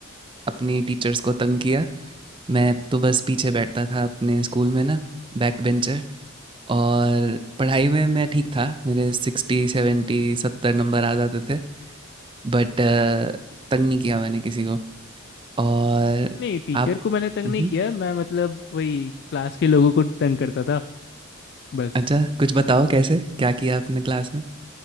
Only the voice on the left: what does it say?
नहीं टीचर
को मैंने तंग
नहीं किया मैं मतलब वही क्लास के लोगों को तंग करता था बस